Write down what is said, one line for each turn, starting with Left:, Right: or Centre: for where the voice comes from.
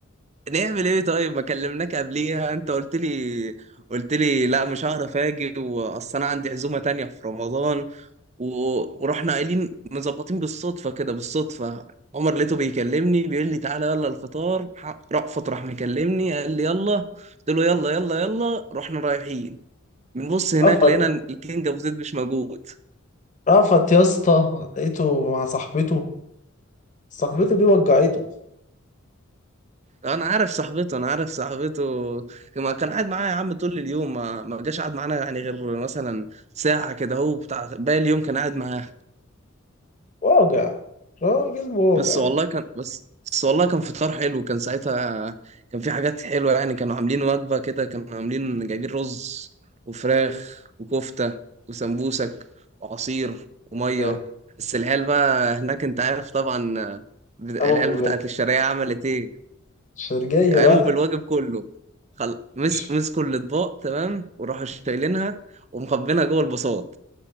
Right: نعمل ايه طيب ما كلمناك قبليها انت قلت لي قلت لي لا مش هعرف اجي واصل انا عندي عزومه تانية في رمضان و- ورحنا قايلين مظبطين بالصدفة كده بالصدفة عمر لقيته بيكلمني بيقول لي تعالى يلا الفطار ح- رأفت راح مكلمني قال لي يلا قلت له يلا يلا يلا رحنا رايحين بنبص هناك
Left: رفض
Right: لقينا الكينج ابو زيد مش موجود
Left: رفض يا اسطى لقيته مع صاحبته صاحبته دي وجعته
Right: انا عارف صاحبته انا عارف صاحبته ما كان قاعد معايا يا عم طول اليوم ما ما جاش قاعد معانا يعني غير مثلا ساعة كده هو بتاع باقي اليوم كان قاعد معاها
Left: واجع راجل واجع
Right: بس والله
Left: والله
Right: كان بس بس والله كان فطار حلو كان ساعتها كان في حاجات حلوة يعني كانوا عاملين وجبة كده كانوا عاملين جايبين رز وفراخ
Left: مم.
Right: وكفتة وسمبوسك وعصير ومية
Left: ساتر.
Right: بس العيال بقى هناك انت عارف طبعا بت-
Left: قاموا
Right: العيال
Left: بالواجب
Right: بتاعت الشرقية عملت ايه
Left: شرجية
Right: قاموا
Left: بقى
Right: بالواجب كله خل... مسك
Left: مش
Right: مسكوا الاطباق تمام وراحوا شايلينها ومخبينها جوه البساط